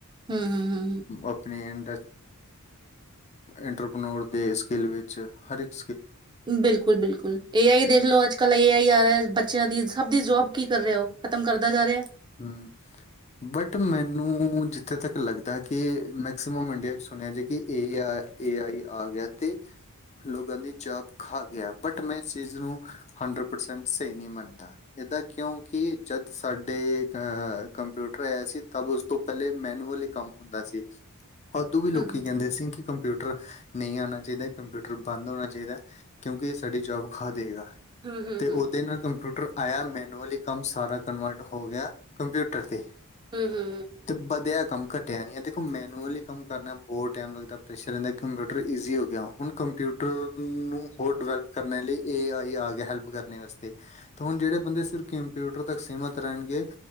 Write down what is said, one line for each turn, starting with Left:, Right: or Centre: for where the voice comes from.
Right: ਹਮ ਹਮ ਹਮ
Left: ਆਪਣੇ <inaudible> ਇੰਟਰਪ੍ਰੇਨੀਅਰ ਪੇ ਸਕੇਲ ਵਿਚ ਹਰ ਇਕ
Right: ਬਿਲਕੁਲ ਬਿਲਕੁਲ ਏ ਆਈ ਚਲੋ ਅੱਜ ਕੱਲ ਏ ਆਈ ਆਇਆ ਬ ਬੱਚਿਆਂ ਦੀ ਸਭ ਦੀ ਜੋਬ ਕੀ ਕਰ ਰਿਹਾ ਉਹ ਖਤਮ ਕਰਦਾ ਜਾ ਰਿਹਾ
Left: ਹ ਬਟ ਮੈਨੂੰ ਜਿੱਥੇ ਤੱਕ ਲੱਗਦਾ ਕਿ ਮੈਕਸੀਮਮ ਇੰਡੀਆ ਚ ਸੁਣਿਆ ਜੇ ਕਿ ਏ ਆਈ ਆ ਗਿਆ ਤੇ ਲੋਕਾਂ ਦੀ ਜੋਬ ਖਾ ਗਿਆ ਬਟ ਮੈਂ ਇਸ ਚੀਜ਼ ਨੂੰ ਹੰਡਰਡ ਪਰਸੈਂਟ ਸਹੀ ਨਹੀਂ ਮੰਨਦਾ ਕਿਉਂਕਿ ਜਦ ਸਾਡੇ ਅ ਕੰਪਿਊਟਰ ਆਇਆ ਸੀ ਤ ਉਸ ਤੋਂ ਪਹਿਲੇ ਮੈਨੂਅਲ ਹੀ ਕੰਮ ਹੁੰਦਾ ਸੀ ਉਦੋਂ ਵੀ ਲੋਕੀ
Right: ਹਮ
Left: ਕਹਿੰਦੇ ਸੀ ਕਿ ਕੰਪਿਊਟਰ ਨਹੀਂ ਆਉਣਾ ਚਾਹੀਦਾ ਕੰਪਿਊਟਰ ਬੰਦ ਹੋਣਾ ਚਾਹੀਦਾ ਕਿਉਂਕਿ ਇਹ ਸਾਡੀ ਜੋਬ ਖਾ ਦੇਵੇਗਾ
Right: ਹਮ ਹਮ ਹਮ
Left: ਤੇ ਉਹਦੇ ਨਾਲ ਕੰਪਿਊ ਪਰ ਆਇਆ ਮੈਨੂਅਲੀ ਕੰਮ ਸਾਰਾ ਕਨਵਰਟ ਹੋ ਗਿਆ ਕੰਪਿਊਟਰ ਤੇ
Right: ਹੂੰ ਹੂੰ ਹੂੰ
Left: ਤੇ ਵਧਿਆ ਕੰਮ ਘੱਟਿਆ ਨਹੀਂ ਹੈ ਦੇਖੋ ਮੈਨੂਅਲੀ ਕੰਮ ਕਰਨਾ ਬਹੁਤ ਟਾਈਮ ਲੱਗਦਾ ਪ੍ਰੈਸ਼ਰ ਰਹਿੰਦਾ ਕੰਪਿਊਟਰ ਈਜ਼ੀ ਹੋ ਗਿਆ ਹੁਣ ਕੰਪਿਊਟਰ ਨੂੰ ਹੋਰ ਡਿਵੈਲਪ ਕਰਨ ਲਈ ਏ ਆਈ ਆ ਗਿਆ ਹੈਲਪ ਕਰਨ ਵਾਸਤੇ ਤਾਂ ਹੁਣ ਜਿਹੜੇ ਬੰਦੇ ਸਿਰਫ ਕੰਪਿਊਟਰ ਤੱਕ ਸੀਮਿਤ ਰਹਿਣਗੇ